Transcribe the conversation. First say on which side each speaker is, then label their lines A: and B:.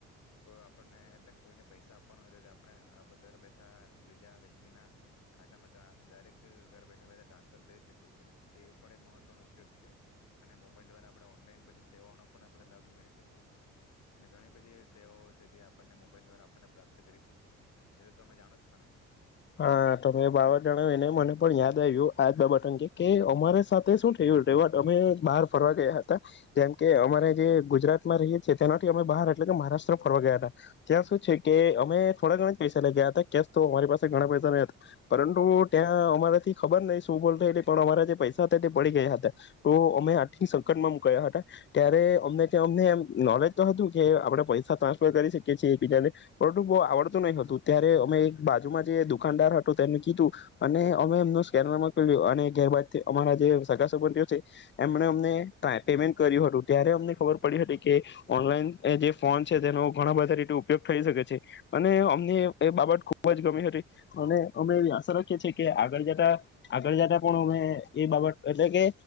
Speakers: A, on the left; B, on the left.
A: કો આપને એટલે કોઈને પૈસા આપવાનો હોય તો આપણે ઘર બેઠા બીજા વ્યક્તિના ખાતામાં દરેક ઘર બેઠા બેઠા ટ્રાન્સફર કરી શકીએ છીએ તે પણ એક મહત્વનો ઉપયોગ છે અને મોબાઈલ દ્વારા આપણે ઓનલાઈન બધી સેવાનો પણ આપ લાભ મેળી શકીએ છી. અને ઘણી બધી સેવાઓ છે તે આપણને મોબાઈલ દ્વારા આપણને પ્રાપ્ત કરી શકીએ છીએ તે તો તમે જાણો જ છો ને?
B: હા તમે બાવર જણાવ્યુંને મને પણ યાદ આવ્યું આજ બાબત અંગે કે અમારે સાથે શું થયું રેવ અમે બહાર ફરવા ગયા હતા જેમ કે અમારે જે ગુજરાત માં રહીએ છીએ તેનાથી અમે બહાર એટલે કે મહારાષ્ટ્ર ફરવા ગયા હતા ત્યાં સુું છે કે અમે થોડા ઘણા જ પૈસા લઇ ગયા હતા કેશ તો અમારી પાસે ધણા પૈસા ન હતા પરંતુ ત્યાં અમારાથી ખબર નહ શું બોલલી પણ અમારા જે પૈસા હતા તે પડી ગયા હતા તો અમે આટ સંકટમાં કયા હતા ત્યારે અમને ત અમને નોલેજ તો હતું કે આપડણે પૈસા ટ્રાન્સફર કરી શકી છીએ એકબીજાને પરંતુ બહુ આવડતું નહી હતું ત્યારે અમે એક બાજુમાં જે દુકાનદાર હતું તેને કીધું અને અમે એમનું સ્કેનરમાંયું અને ગેરબદ અમારા જે સગાાસબંધઓ છે એમને અમને પેમેન્ટ કર્યું હતું ત્યારે અમને ખબર પડી હતી કે ઓનલાઈન જે ફોન છે તેનો ઘણા બધા રીતે ઉપયોગ થઈ શકે છે અને અમને એ બાબત ખ ખુબ જ ગમી હતી અને અમે આશા રાખીએ છીએ કે આગળ જતા આગળ જતા પણ અમે એ બાબત એટલે કે